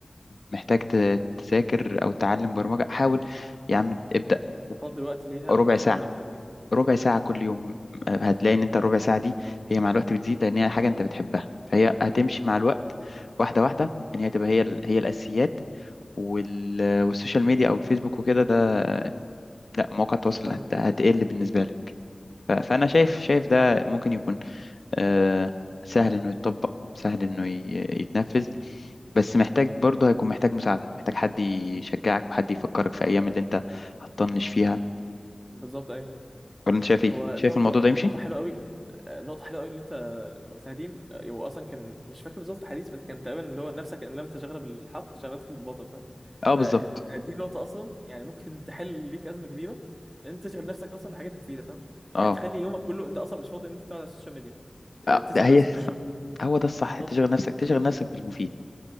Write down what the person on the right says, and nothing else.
تفضي وقت ليها
وتشغل
نفسك جدا
فاهمك
بالظبط
بالظبط ايوه
هو
نقطة
نقطة حلوة قوي نقطة حلوة قوي اللي انت قلتها دي آه، هو اصلا كان مش فاكر بالظبط الحديث بس كان تقريبا اللي هو نفسك ان لم تشغل بالحق شغلتك بالباطل فاهم
فانت دي نقطة اصلا يعني ممكن تحل ليك أزمة كبيرة ان انت تشغل نفسك اصلا بحاجات مفيدة فاهم
يعني تخلي يومك كله انت اصلا مش فاضي ان انت تقعد على السوشيال ميديا
آه، تشغل
نفسك بالشغل
بالظبط